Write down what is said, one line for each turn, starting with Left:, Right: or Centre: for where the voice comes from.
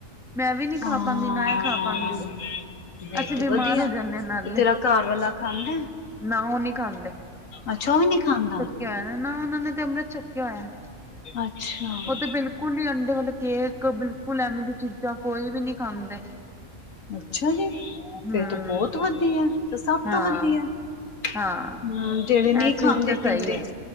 Centre: ਮੈਂ ਵੀ ਨੀ ਖਾ
Left: ਹਾਂ
Centre: ਪਾਉਂਦੀ ਨਾ ਇਹ ਖਾ ਪਾਉਂਦੀ ਆ
Left: ਵੇ
Centre: ਅਸੀਂ
Left: ਤੇ
Centre: ਬਿਮਾਰ
Left: ਵਧੀਆ
Centre: ਹੋ ਜਾਂਦੇ ਨਾਲੇ
Left: ਤੇ ਤੇਰਾ ਘਰ ਵਾਲਾ ਖਾਨਾ
Centre: ਨਾ ਉਹ ਨਹੀਂ ਖਾਂਦੇ
Left: ਅੱਛਾ ਔ ਵੀ ਨਹੀਂ ਖਾਂਦਾ।
Centre: ਕਹਿ ਰਹੇ ਉਹਨਾਂ ਨੇ ਅੰਮ੍ਰਿਤ ਛਕਿਆ ਹੋਇਆ।
Left: ਅੱਛਾ
Centre: ਉਹ ਤੇ ਬਿਲਕੁਲ ਹੀ ਅੰਡੇ ਵਾਲੇ ਕੇਕ ਬਿਲਕੁਲ ਐਵੇ ਦੀ ਚੀਜ਼ਾਂ ਕੋਈ ਵੀ ਨਹੀਂ ਖਾਂਦੇ
Left: ਅੱਛਾ ਜੀ
Centre: ਹਮ
Left: ਫਿਰ ਤਾਂ ਬਹੁਤ ਵਧੀਆ ਤੇ ਸਭ
Centre: ਹਾਂ
Left: ਤੋਂ ਵਧੀਆ।
Centre: ਹਾਂ
Left: ਹਮ ਜਿਹੜੇ ਨਹੀਂ
Centre: ਇਹ ਚੀਜ਼
Left: ਖਾਂਦੇ
Centre: ਤਾਂ ਸਹੀ
Left: ਪੀਂਦੇ
Centre: ਹੈ।